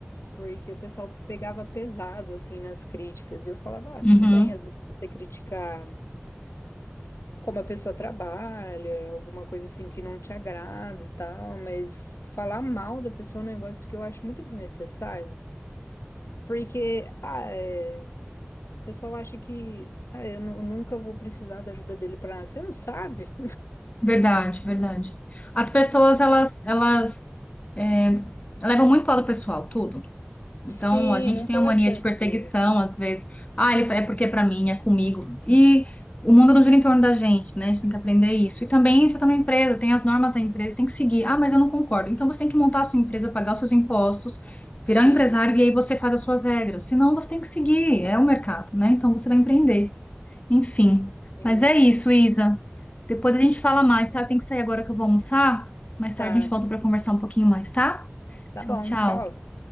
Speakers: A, on the left (about 80°); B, on the left (about 30°).
A: porque o pessoal pegava pesado, assim, nas críticas. E eu falava, ah,
B: Uhum.
A: tudo bem, às vezes você criticar como a pessoa trabalha, alguma coisa assim que não te agrada e tal, mas falar mal da pessoa é um negócio que eu acho muito desnecessário. Porque, ah, é. O pessoal acha que ah, eu nu- nunca vou precisar da ajuda dele para nada. Você não sabe?
B: Verdade, verdade. As pessoas,
A: <laughs>
B: elas, elas é, levam muito para o lado pessoal, tudo. Então,
A: Sim,
B: a gente
A: não
B: tem
A: pode
B: a mania
A: ser
B: de
A: assim.
B: perseguição, às vezes. Ah, ele fa- é porque é pra mim, é comigo. E o mundo não gira em torno da gente, né? A gente tem que aprender isso. E também, você está numa empresa, tem as normas da empresa, tem que seguir. Ah, mas eu não concordo. Então, você tem que montar a sua empresa, pagar os seus impostos, virar
A: Sim,
B: um empresário e aí você faz as suas regras. Senão, você tem que seguir. É o mercado, né? Então, você vai empreender. Enfim.
A: sim.
B: Mas é isso, Isa. Depois a gente fala mais, tá? Eu tenho que sair agora que eu vou almoçar. Mais tarde
A: Tá,
B: a gente volta para conversar um pouquinho mais, tá?
A: tá
B: Tchau,
A: bom,
B: tchau.
A: tchau.